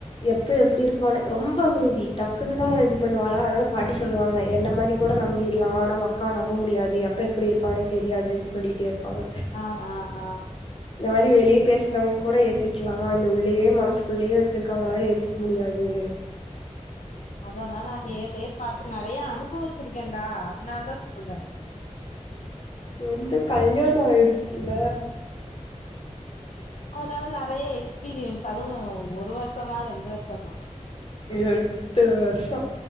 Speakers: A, on the left; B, on the left.
A: எப்ப எப்பிடி இருப்பானே ரொம்ப அமைதி டக்குன்னுதா இது பண்ணுவாளா அதனால பாட்டி சொல்லுவாங்க என்ன மாரி கோட நம்பிர்லா ஆனா உ அக்காவ நம்ப முடியாது எப்ப எப்டி இருப்பானே தெரியாதுன் சொல்லிட்டே இருப்பாங்க
B: ஆ ஆ ஆ
A: இந்த மாரி வெளிய பேசறவ்ங்க கூட ஏத்துக்லா இந்த உள்ளயே மனசுக்குள்ளயே வச் வச்சுருக்கவங்கள்லா ஏத்துக்க முடியாது
B: அதெல்லா நா நேர்லயே பாத்து நெறைய அனுபவிச்சிருக்கேன்டா அதனாலதா சொல்ற
A: வந்து கல்யாணோ ஆய்டுச்சுல
B: அதனால நெறைய எக்ஸ்பீரியன்ஸ் அதுவு ஒரு வர்ஷமா ரெண்டு வர்ஷமா
A: எட்டு வருஷோ